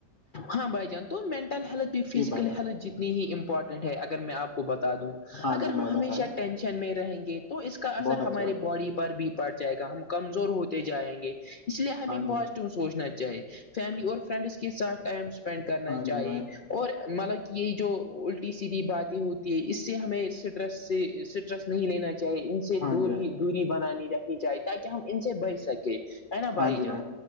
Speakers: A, on the left (about 85°); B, on the left (about 35°).
A: ہاں بھائی جان تو مینٹل ہیلتھ فزیکل
B: جی بھائی جان
A: ہیلتھ جتنی ہی امپ مپٹنٹ ہے اگر میں آپ کو بتا دوں
B: ہاں
A: اگر
B: جی
A: ہم
B: بھائی
A: ہمیشہ
B: بتائیں
A: ٹینشن میں رہیں گے تو اس کا اثر
B: بہت اچھی
A: ہمارے
B: بات ہے
A: باڈی پر بھی پڑ جائے گا ہم کمزور ہوتے جائیں گے اس لیے ہمیں
B: ہاں
A: پازیٹیو
B: جی بھائی
A: سوچنا چاہیے فیملی اور فرینڈس کے ساتھ ٹائم اسپینڈ کرنا
B: ہاں
A: چاہیے
B: جی بھائی
A: اور مطلب کہ یہی جو الٹی سیدھی باتیں ہوتی ہے اس سے ہمیں سٹریس سے رسٹ نہیں لینا چاہے ان سے
B: ہاں
A: دور
B: جی بھائی
A: ہی دوری بنانی رکھی جائے تاکہ ہم ان سے بچ سکیں ہے نا
B: ہاں
A: بھائی
B: جی
A: جان